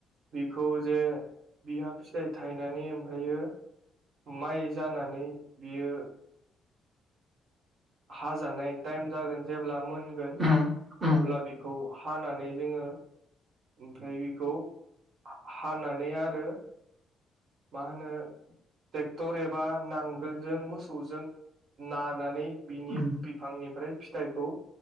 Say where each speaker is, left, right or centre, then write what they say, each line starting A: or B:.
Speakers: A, on the right; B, on the right.
A: बिखौ जे बिहा फिथाइ थायनानै ओमफ्रायो माइ जानानै बियो हाजानाय टाइम जागोन जेब्ला मोनगोन
B: उम उम
A: अब्ला बेखौ हानानै जोङो ओमफ्राय बेखौ हानानै आरो माहोनौ ट्रेक्टर एबा नांगोलजों मोसौजों नानानै बिनि
B: उम
A: बिफांनिफ्राय फिथाइखौ